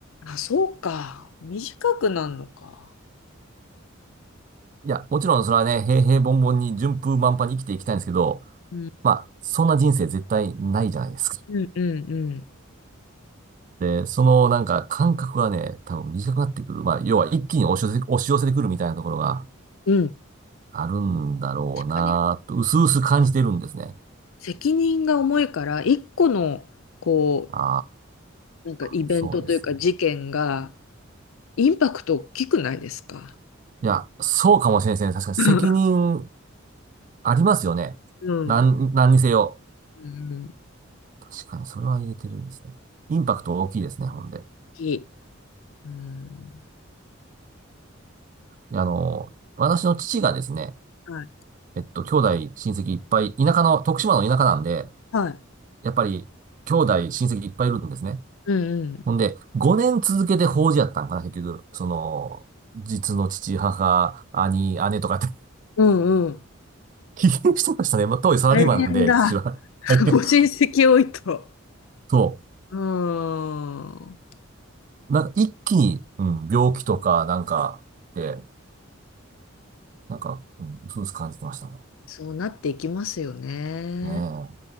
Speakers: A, on the left; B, on the right.
A: あ、そうか。短くなんのか。
B: いや、もちろんそれはね、平平凡々に順風満帆に生きていきたいんですけど、
A: うん
B: まあ、そんな人生絶対ないじゃないですか。
A: うんうん
B: で、そのなんか感覚がね、多分短くなってくる。まあ、要は一気に押し寄せ、押し寄せてくるみたいなところが
A: うんあそうか短くなるのかうん。
B: あるんだろうなと、
A: 確かに。
B: 薄々感じてるんですね。
A: 責任が重いから、一個の、こ
B: あ
A: う、なんかイベントというか事件が、
B: あ、そうですね。
A: インパクト大きくないですか
B: いや、そうかもしれないですね。確かに責任
A: うん。
B: ありますよね。
A: うん。
B: なん、何にせよ。
A: うん大
B: 確かにそれは言えてるんですね。インパクト大きいですね、ほんで。
A: きい。うん。
B: であの、私の父がですね、
A: はい。
B: えっと、兄弟、親戚いっぱい、田舎の、徳島の田舎なんで、
A: はい。
B: やっぱり、兄弟、親戚いっぱいいるんですね。
A: うんうん。
B: ほんで、5年続けて法事やったんかな、結局。その、実の父、母、兄、姉とかって
A: うんうん。
B: <laughs> 危険してましたね。まあ、当時サラリーマンで、
A: 大変だ。
B: 父は。<laughs>
A: <laughs> ご親戚多いと。
B: そ
A: うーん。
B: う。なんか一気に、うん、病気とか、なんか、でなんか、うん、そうです感じてましたね。
A: そうなっていきますよね。
B: ねえ。